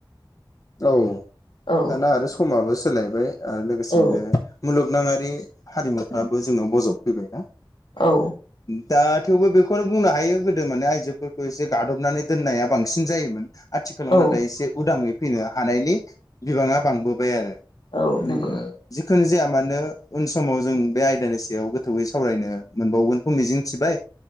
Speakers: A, on the left; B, on the left.
A: औ
B: औ
A: दाना आरो समाबो सो सोलायबाय। आरो लोगोसेनो
B: औ
A: मुलुगनाङै बे हारिमुफ्राबो जोंनाव बजब फैबायना।
B: औ।
A: दा थेवबो बेखौनो बुंनो हायो गोदो माने आइजोफोरखौ एसे गादबनानै दोननाया बांसिन जायोमोन। आथिखालाव
B: औ
A: नाथाय एसे उदाङै फैनो हानायनि बिबांङा बांबोबाय आरो।
B: औ
A: <unintelligible>
B: नंगौ
A: जिखुनु जाया। मानो उन समाव जों बे आयदानि सायाव गोथौवै सावरायनो मोनबावगोनखौ मिजिं थिबाय।